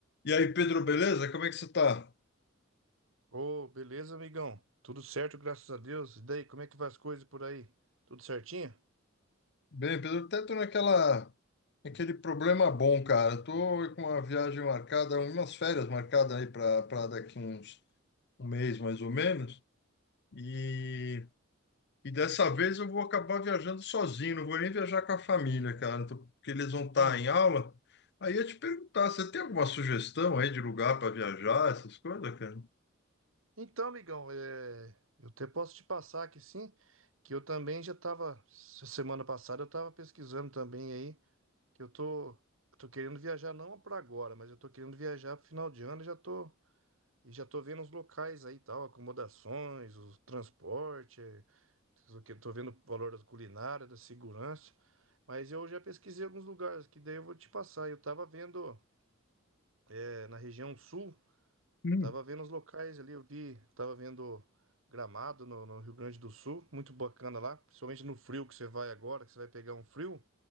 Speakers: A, on the left (about 55°); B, on the right (about 70°).
A: E aí, Pedro, beleza? Como é que você tá?
B: Ô, beleza, amigão? Tudo certo, graças a Deus. E daí, como é que vai as coisas por aí? Tudo certinho?
A: Bem, Pedro, até tô naquela, naquele problema bom, cara. Tô com uma viagem marcada, umas férias marcadas aí para para daqui uns um mês mais ou menos. E, e dessa vez eu vou acabar viajando sozinho, não vou nem viajar com a família, cara, tô- porque eles vão estar
B: Sim.
A: em aula. Aí eu ia te perguntar, você tem alguma sugestão aí de lugar para viajar, essas coisas, cara?
B: Então, amigão, é, eu até posso te passar aqui sim, que eu também já tava, se- semana passada eu tava pesquisando também aí, que eu tô, eu tô querendo viajar não para agora, mas eu tô querendo viajar pro final de ano, e já tô, e já tô vendo os locais aí, e tal, acomodações, o transporte, é, tô que- tô vendo o valor da culinária, da segurança. Mas eu já pesquisei alguns lugares que daí eu vou te passar. Eu tava vendo é, na região sul,
A: Hum,
B: tava vendo os locais ali, eu vi, tava vendo Gramado no, no Rio Grande do Sul, muito bacana lá, principalmente no frio que você vai agora, que você vai pegar um frio,